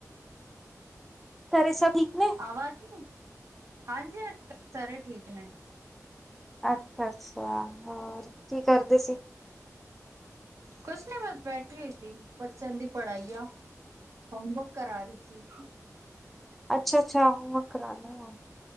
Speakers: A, in the centre; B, on the right.
A: ਘਰੇ ਸਭ ਠੀਕ ਨੇ।
B: ਆਵਾਜ਼ ਨੀਂ ਆਈ। ਹਾਂਜੀ, <inaudible> ਸਾਰੇ ਠੀਕ ਨੇ।
A: ਅੱਛਾ ਅੱਛਾ, ਹੋਰ ਕੀ ਕਰਦੇ ਸੀ?
B: ਕੁਛ ਨੀਂ ਬਸ, ਬੈਠੀ ਹੋਈ ਸੀ। ਬੱਚਿਆਂ ਦੀ ਪੜ੍ਹਾਈਆਂ। ਹੋਮਵਰਕ ਕਰਾ ਰੀ ਸੀ।
A: ਅੱਛਾ ਅੱਛਾ, ਹੋਮਵਰਕ ਕਰਾਨੇਂ ਐਂ।